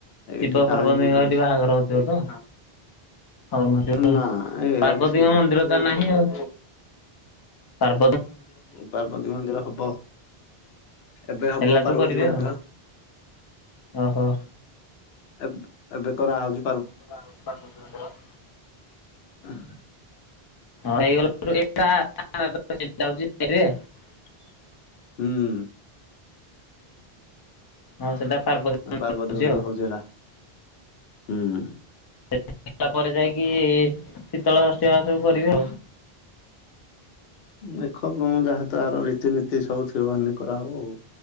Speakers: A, on the left; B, on the left.
A: ଏଇଠି
B: ଶିବ
A: କାହିଁ
B: ପାର୍ବତୀ
A: କୋଉଠି ଅଛି।
B: ବାହାଘର ହଉଥିବ ତ? ହଉନ
A: ନା ଏରା
B: ପାର୍ବତୀଙ୍କ
A: କିଛି
B: ମନ୍ଦିର ତ ନାହିଁ ଆଉ। ତାର।
A: ପାର୍ବତୀ ମନ୍ଦିର ହବ କେବେ ହବ
B: ହେଲାଠୁ
A: ପାର୍ବତୀ
B: କରିବେ
A: ମନ୍ଦିର?
B: ଆଉ। ଓହୋ।
A: ଏବେ ଏବେ କରା ହଉଛି।
B: ପା ପାର୍ବତୀ ମନ୍ଦିର।
A: <unintelligible>
B: <unintelligible>
A: ହୁଁ।
B: ହଁ ସେଟା ପାର୍ବତୀ
A: ମ ପାର୍ବତୀ
B: ହଉଛି
A: ମନ୍ଦିର
B: ଆଉ।
A: ହଉଜାଡା ହୁଁ।
B: ହେବା ପରେ ଯାଇକି ଶୀତଳ ଷଷ୍ଠୀ ବା ସବୁ କରିବି ଆଉ
A: ଦେଖ କଣ ଯାହା ତାର ରୀତିନୀତି ସବୁ ବାଧି କରାହେବ ଆଉ